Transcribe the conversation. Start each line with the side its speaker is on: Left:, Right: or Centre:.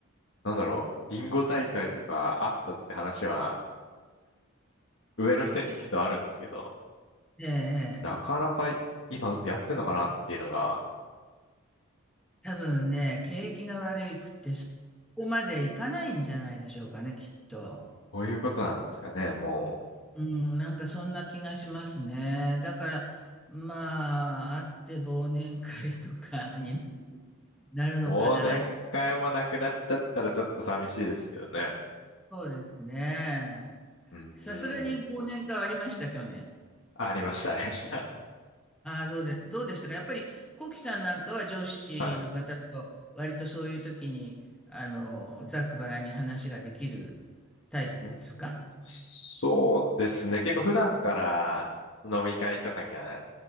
Left: なんだろう、ビンゴ大会とかあったって話は、上の人に聞くとあるんですけど、
Centre: ええ、
Left: なかなかい今やってんのかなっていうのが、
Centre: ええ多分ね、景気が悪くてそこまでいかないんじゃないでしょうかね、きっと。
Left: こういうことなんですかね。も
Centre: うん、なんかそんな気がしますね。だから、まあ、あって忘年会とかになるのかな。
Left: う、忘年会もなくなっちゃったらちょっと寂しいですけどね。
Centre: そうですね。
Left: うん、う
Centre: さすがに忘年会はありました、
Left: ん
Centre: 去年。
Left: ありました、ありました。
Centre: ああ、どうで、どうでしたかやっぱり、コウキさんなんかは上司の方と、
Left: <laughs> はい。
Centre: 割とそういう時に、あの、ざっくばらんに話ができるタイプですか
Left: うーん、そうですね。結構普段から飲み会とかには